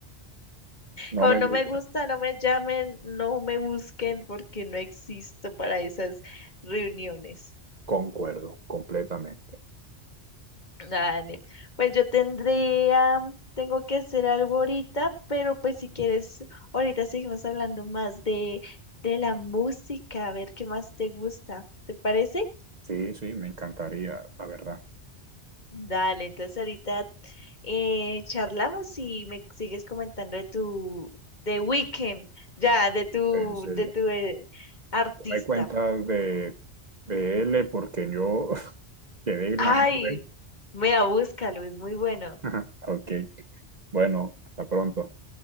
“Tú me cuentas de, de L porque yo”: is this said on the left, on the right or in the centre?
Right